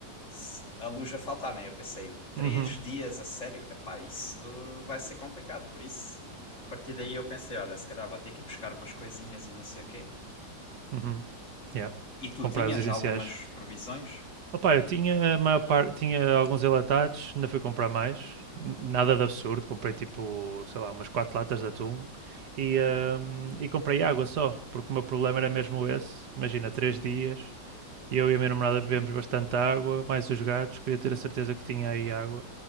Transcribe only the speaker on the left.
se a luz a faltar, né? Eu pensei, três
dias a sério? Epá, isso vai ser complicado, por isso. A partir daí eu pensei, olha, se calhar vou ter que ir buscar umas coisinhas e não sei o quê.
E tu
tinhas
algumas provisões?